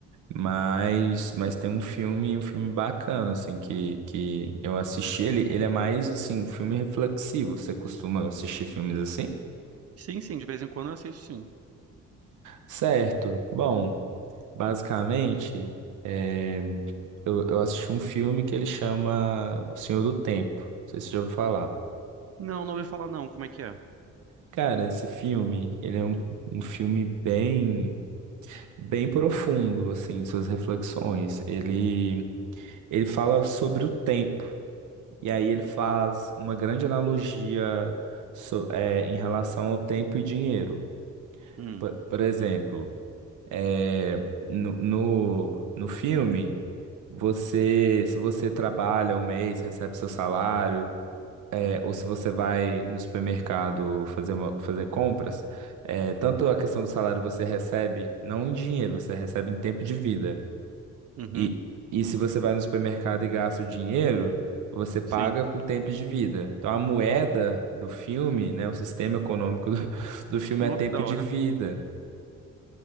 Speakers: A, on the right; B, on the right.
A: Mas, mas tem um filme, um filme bacana, assim, que, que eu assisti ele. Ele é mais, assim, um filme reflexivo. Você costuma assistir filmes assim?
B: Sim, sim, de vez em quando eu assisto, sim.
A: Certo. Bom, basicamente, é, eu, eu assisti um filme que ele chama O Senhor do Tempo. Não sei se você já ouviu falar.
B: Não, não ouvi falar não, como é que é?
A: Cara, esse filme, ele é um, um filme bem, bem profundo, assim, em suas reflexões. Ele, ele fala sobre o tempo. E aí ele faz uma grande analogia so- é, em relação ao tempo e dinheiro.
B: Hum,
A: Por, por exemplo, é, no, no, no filme, você, se você trabalha um mês, recebe seu salário, é, ou se você vai no supermercado fazer, uma- fazer compras, é, tanto a questão do salário você recebe, não em dinheiro, você recebe em tempo de vida.
B: uhum,
A: E, e se você vai no supermercado e gasta o dinheiro, você paga
B: sim.
A: com tempo de vida. Então a moeda do filme, né, o sistema econômico do, <laughs> do filme
B: Nossa,
A: é tempo
B: que da hora.
A: de vida.